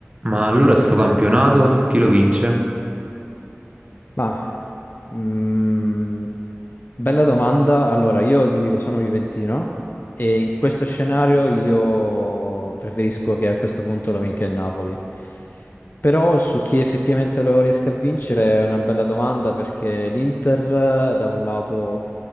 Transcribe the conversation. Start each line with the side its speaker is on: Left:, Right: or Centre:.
Right: Ma allora sto campionato chi lo vince?
Left: Ma, mm, bella domanda. Allora, io ti dico, sono juventino e in questo scenario io preferisco che a questo punto lo vinca il Napoli. Però su chi effettivamente lo riesca a vincere è una bella domanda perché l'Inter eh, da un lato